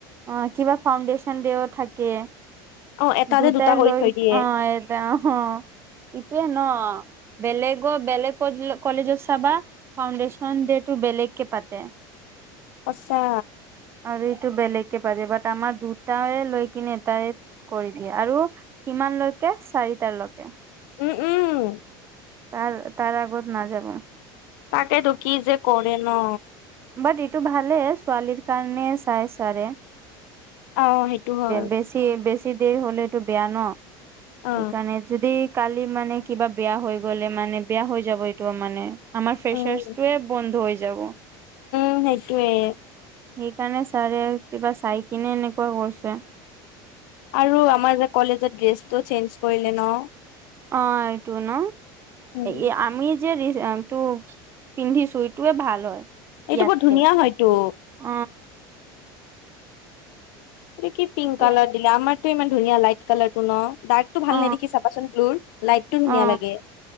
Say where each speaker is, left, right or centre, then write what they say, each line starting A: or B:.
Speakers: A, on the right; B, on the left.
A: অ কিবা ফাউণ্ড্যন ডেও থাকে
B: অ এটা
A: দুটাই
B: যে দুটা কৰি
A: লৈ
B: থৈ দিয়ে
A: অ অ ইটোৱয়ে ন বেলেগ বেলেগ কলেজ চাবা ফাণ্ডেশচন ডে টটো বেলেগ কে পাতে <inaudible>
B: পছা
A: আৰু এইটো বেলেগে পাৰে বাট আমাৰ দুটে লৈ কিনে এটাই কৰি দিয়ে আৰু কিমানলৈকে চাৰিটালৈকে
B: উম উম
A: তাৰ তাৰ আগত না যাব
B: কাকে ু কিি যে কৰে ন
A: বাট এইটো ভালে ছোৱালীৰ কাৰণে চাই চাৰে
B: অ সেইটো হয়
A: বেছি বেছি দেৰি হলেতটো বেয়া ন
B: অ
A: সেইকাৰণে যদি কালি মানে কিবা বেয়া হৈ গলে মানে বেয়া হৈ যাব এইটো মানে আাৰ ফ্ৰেচাৰছটোে
B: উম
A: বন্ধ হৈ যাব
B: সেইটোয়ে
A: সেইকাৰণে ছাৰে কিবা চাই কিনে এনেকুৱা কৰিছে
B: আৰু আমাৰ যে কলেজত ড্ৰেছটো চেঞ্জ কৰিলে ন
A: অ এইটো ন
B: উম
A: এ আমি যেটো পিন্ধি চুইটয়ে ভাল হয়
B: এইটো
A: ইয়াতকে
B: বৰ ধুনীয়া হয়তটো
A: অ
B: এইটো কি পিংক
A: এতিয়া
B: কালাৰ দিলা আমাৰতো ইমান ধুনীয়া লাইট কালাৰ টো ন ডাৰ্কটোাল
A: অ
B: নেদখি চাবাচোন ব্লুৰ লাইটটো
A: অ
B: ধুনীয়া লাগে